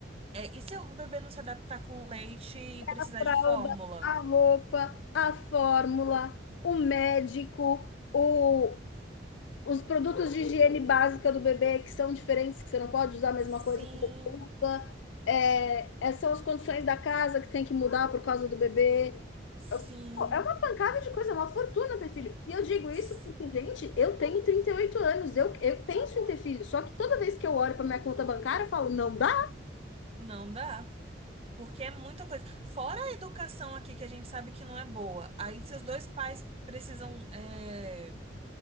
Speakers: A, on the right (about 30°); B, on the left (about 80°).
A: É, e se o bebê não se adaptar com leite e
B: A
A: precisar
B: fralda,
A: de fórmula?
B: a roupa, a fórmula, o médico, o, os produtos de higiene básica do bebê que são diferentes, que você não pode usar a mesma
A: Sim,
B: coisa que você usa. É, essas são as condições da casa que tem que mudar por causa do bebê.
A: sim,
B: Pô, É uma pancada de coisa, é uma fortuna ter filho. E eu digo isso
A: sim.
B: porque, gente, eu tenho 38 anos, eu, eu penso em ter filho, só que toda vez que eu olho para minha conta bancária, eu falo, não dá.
A: não dá. Porque é muita coisa. Fora a educação aqui, que a gente sabe que não é boa. Aí, se os dois pais precisam. é,